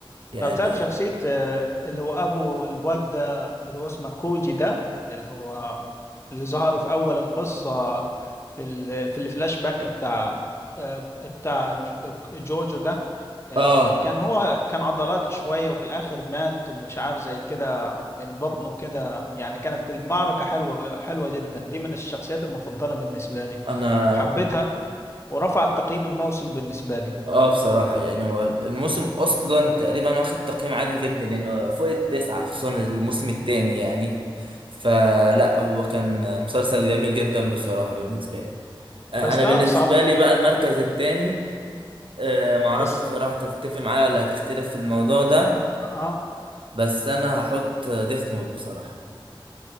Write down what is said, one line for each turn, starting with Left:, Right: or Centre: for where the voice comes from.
Right: يعني
Left: طب تعرف شخصية آه، اللي هو أبو الواد ده اللي هو اسمه كوجي ده اللي هو اللي ظهر في أول القصة في ال... في الفلاش باك بتاع آه، بتاع ج- جوجو ده آه،
Right: اه
Left: كان هو كان عضلاتي شوية وفي الآخر مات مش عارف زي كده من بطنه كده يعني كانت المعركة حلوة حلوة جدا دي من الشخصيات المفضلة بالنسبة لي
Right: انا
Left: وحبيتها ورفعت تقييم الموسم بالنسبة لي
Right: اه بصراحة يعني هو الموسم أصلا تقريبا واخد تقييم عالي جدا يعني فوق التسعة خصوصا الموسم التاني يعني فلا هو كان مسلسل جميل جدا بصراحة بالنسبة لي آه،
Left: بس
Right: أنا
Left: تعرف
Right: بالنسبة
Left: صعب
Right: لي بقى المركز التاني آه، معرفش
Left: بس
Right: بصراحة أنت هتتفق معايا ولا هتختلف في الموضوع ده
Left: اه
Right: بس أنا هحط ديث نوت بصراحة